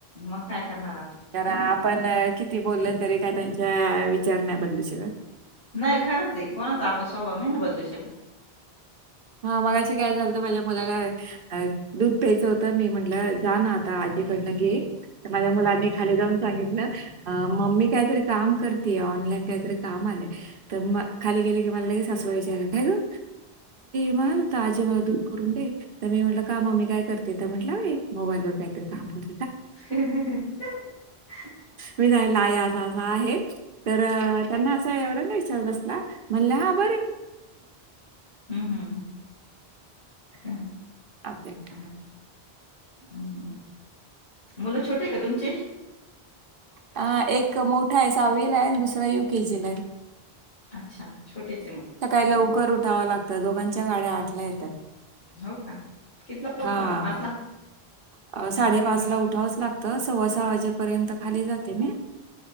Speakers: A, on the left; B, on the right.
A: मग काय करणार आता
B: <unintelligible> पण किती बोलल तरी काय त्यांच्या विचारण्या बदलू शकत.
A: नाही खरंच आहे कोणाचा आपण स्वभाव नाही ना बदलू शकत.
B: हा मगाशी काय झाल, तर माझ्या मला काय दू पच होतं मी म्हंटलं जा ना आता आजीकडनं घे. माझ्या मुलांनी खाली जाऊन सांगितलं, मम्मी काहीतरी काम करतेय ऑनलाईन काहीतरी काम. त म खली गेल की लगेच मला सासुबाई विचारलं काय ग. म्हणत हो आजी मला दूध करून दे, तर मी म्हटलं का मग ममी काय करते, तर म्हटलं मोबाईल वर काहीतरी काम कर.
A: ह <unintelligible>
B: मी जायला आई आझझा आहे, तर त्यांना असा एवढा ना विच्वा बसला. मल्हार.
A: हम्म. हम्म हम्म.
B: असं आहे.
A: हम्म हम्म, मुलं छोटे का? तुमचे.
B: हा एक मोठाय साहावीलाय, आणि दुसरा युकेजीलाय.
A: अच्छा छोटेच आहे मग
B: सकायला उकर उठावं लागतं दोघांच्या गाड्या आटल्या येतात
A: हो का किथला
B: हा
A: उटत मग पाचला.
B: अ साडेपाच
A: हं,
B: ला उठावंच लागतं, सव्वा सहा वाजेपर्यंत खाली जात. ी